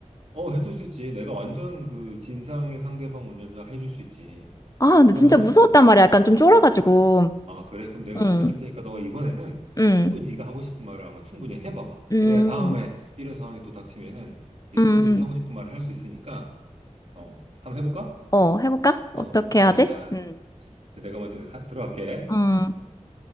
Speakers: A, on the right; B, on the left.
A: 어, 어, 해줄 수 있지. 내가 완전 그 진상의 상대방 운전자 해줄 수 있지.
B: 아, 근데
A: 그러면은,
B: 진짜 무서웠단
A: 내-
B: 말이야. 약간 좀 쫄아가지고.
A: 아, 그래. 그럼 내가
B: 응,
A: 충분히 할 테니까 너 이번에는
B: 응,
A: 충분히 네가 하고 싶은 말을 아마 충분히 해봐봐.
B: 음,
A: 그래야 다음에 이런 상황이 또 닥치면은 네가
B: 음,
A: 충분히 하고 싶은 말을 할 수 있으니까, 어, 한번 해볼까?
B: 어, 해볼까? 어떻게
A: 어, 오케이.
B: 하지?
A: 자,
B: 음.
A: 시- 내가 먼저 하- 들어갈게.
B: 음.